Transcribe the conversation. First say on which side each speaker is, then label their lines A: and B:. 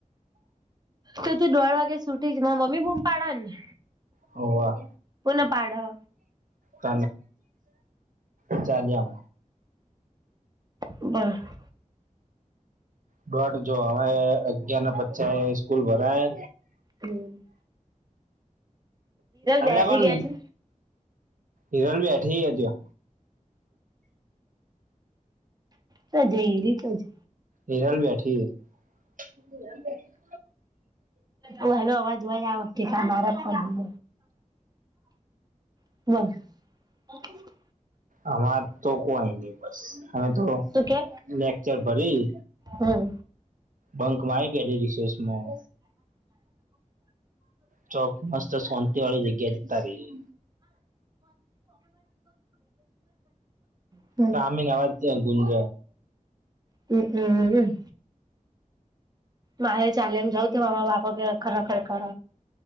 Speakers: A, on the right; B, on the right.
A: તો તું દોઢ વાગે સુટી જ મારા મમ્મી બૂમ પાાડે ને
B: હ વાહ
A: કોને પાડે
B: ત ચલી
A: બહ
B: ડોટ જો હરે અગિયાર ના પછા સ્કૂલ ભરાય
A: હમ
B: અલ
A: બેસી
B: પણ
A: ગયા છે.
B: હિરલ બીઠી ત
A: તજ રી તજ
B: હરાલ બેઠીએ હ
A: ઓ હેલો અવાજ હોય આ વખતે ક મારા પણ બ
B: આમાં તો કોઈ નહી બસ હવે તો
A: શું કે?
B: લેકચર ભરી
A: હમ
B: બંકમાં આવી કે રિશેષમાં ચોક મસ્ત સોંત વાળી જગ્યા જીતા રહી.
A: કો
B: તોામમે નવારથી ગુંજ
A: હમમમ મારે ચાલે એમ જાાવ તો મામા બાપ કે ખરખર કર